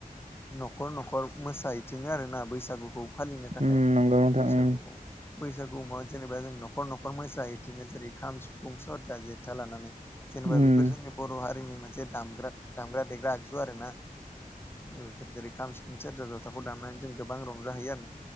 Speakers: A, on the left (about 15°); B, on the right (about 50°).
A: न'खर न'खर मोसाहैथिङो आरोना बैसागुखौ फालिनो थाखाय
B: ओम नंगौ नोंथां
A: बैसागुआव
B: ओम
A: बैसागु मा जेनेबा जों न'खर न'खर मोसाहैथिङो जेरै खाम सिफुं सेतजा जेथा लानानै जेनेबा
B: ओम
A: बेफोर जोंनि बर' हारिनि मोनसे दाम दामग्रा देग्रा आगजु आरोना उम फोर जेरै खाम सिफुं सेरजा जथाखौ दामनानै जों गोबां रंजाहैयो आरोना